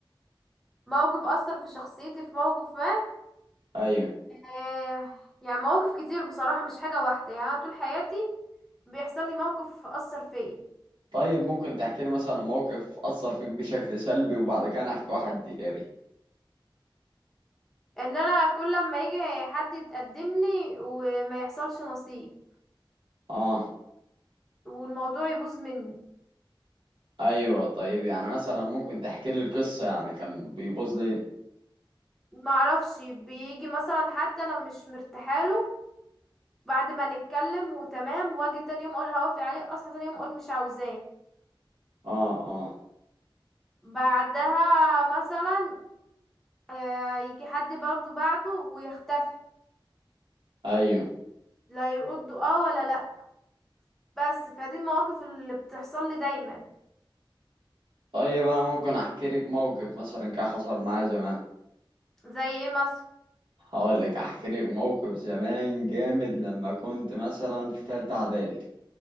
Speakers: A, in the centre; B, on the right.
A: موقف أثر في شخصيتي في موقف ما
B: ايوه
A: آه يعني مواقف كتير بصراحة مش حاجة واحدة يعني أنا طول حياتي بيحصل لي موقف أثر فيا
B: طيب ممكن تحكي لي مثلا موقف أثر فيك بشكل سلبي وبعد كده أنا احكي واحد ايجابي
A: ان انا كل ما يجي حد يتقدم لي وما يحصلش نصيب
B: اه
A: والموضوع يبوظ مني
B: ايوه طيب يعني مثلا ممكن تحكي لي القصة يعني كان بيبوظ لي
A: ما اعرفش بيجي مثلا حد انا مش مرتاحه له بعد ما نتكلم وتمام واجي تاني يوم اقول هوافق عليه اصحى تاني يوم اقول مش عاوزاه
B: اه اه
A: بعدها مثلا آه، يجي حد برضو بعده ويختفي
B: ايوه
A: لا يرد اه ولا لا بس فدي المواقف اللي بتحصل لي دايما
B: طيب انا ممكن احكي لك موقف مثلا كان حصل معايا زمان
A: زي ايه مثلا
B: هقول لك احكي لك موقف زمان جامد لما كنت مثلا في ثالثه اعدادي